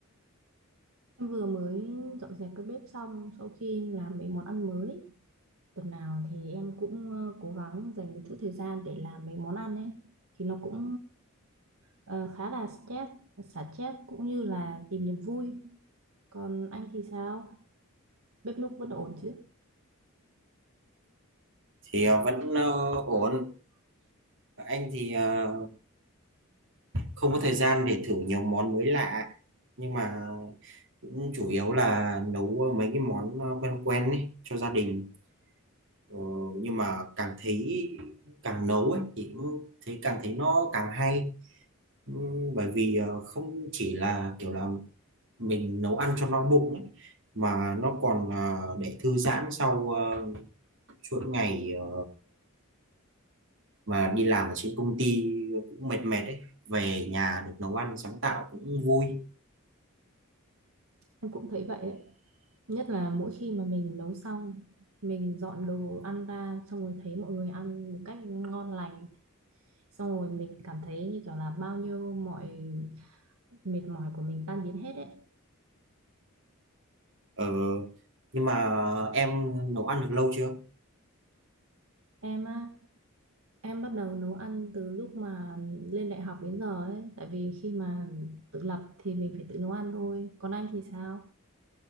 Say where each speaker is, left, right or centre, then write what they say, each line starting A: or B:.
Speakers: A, on the right (about 80°); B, on the right (about 60°).
A: Em vừa mới dọn dẹp cái bếp xong sau khi làm mấy món ăn mới. Tuần nào thì em cũng ờ, cố gắng dành một chút thời gian để làm mấy món ăn ấy. Thì nó cũng ờ, khá là stress, xả stress cũng như là tìm niềm vui. Còn anh thì sao? Bếp núc vẫn ổn chứ?
B: thì ờ, vẫn ờ, ổn. Anh thì ờ, không có thời gian để thử nhiều món mới lạ, nhưng mà cũng chủ yếu là nấu ờ, mấy cái món ờ, quen quen ấy cho gia đình. Ờ, nhưng mà càng thấy càng nấu ấy thì cũng thấy càng thấy nó càng hay Ừm, bởi vì ờ, không chỉ là kiểu là mình nấu ăn cho no bụng ấy, mà nó còn ờ, để thư giãn sau ờ, chuỗi ngày ờ, mà đi làm ở trên công ty cũng mệt mệt ấy về nhà được nấu ăn sáng tạo cũng vui
A: Em cũng thấy vậy ấy. Nhất là mỗi khi mà mình nấu xong, mình dọn đồ ăn ra xong rồi thấy mọi người ăn một cách ngon lành. Xong rồi mình cảm thấy như kiểu là bao nhiêu mọi mệt mỏi của mình tan biến hết ấy
B: Ờ, nhưng mà em nấu ăn được lâu chưa
A: Em á, em bắt đầu nấu ăn từ lúc mà lên đại học đến giờ ấy, tại vì khi mà tự lập thì mình phải tự nấu ăn thôi. Còn anh thì sao?